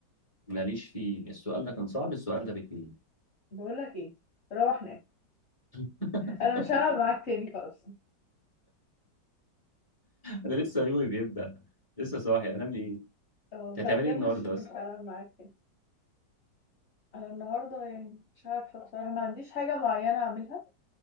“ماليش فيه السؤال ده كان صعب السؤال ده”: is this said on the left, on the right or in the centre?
Left